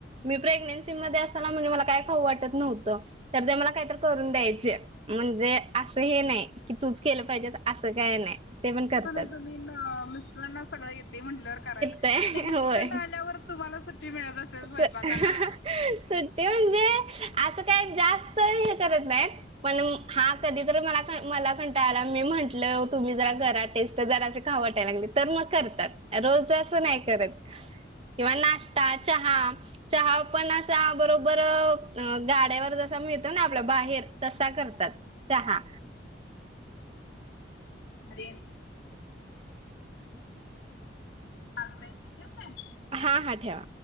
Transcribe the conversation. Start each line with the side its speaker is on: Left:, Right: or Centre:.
Right: मी प्रेग्नेन्सी मध्ये असताना म्हणजे मला काय खाऊ वाटत नव्हतं तर ते मला काहीत करून द्यायचे, म्हणजे असं हे नाही की तुच केलं पाहिजेस असं काय नाही ते पण करतात.
Left: नाही तुम्ही मिस्टरांना सगळं येते म्हटल्यावर करायला
Right: ते
Left: त्यांनी
Right: होय.
Left: तिकडनं आल्यावर तुम्हाला सुट्टी मिळत असेल
Right: सुट्टी
Left: स्वयंपाकाला
Right: म्हणजे असं काय जास्त हे करत नाहीत पण हा कधी तर मला मला कंटाळा आला आणि मी म्हंटलं तुम्ही जरा करा टेस्ट जराशे खाऊ वाटाय लागले तर मग करतात रोज च आस नाही करत, किंवा नाश्ता, चहा चहा पण असा बरोबर गाड्यावर जसा मिळतो ना आपला बाहेर तसा करतात चहा.
Left: आर्यन. आते ठेवतेय.
Right: हां-हां, ठेवा.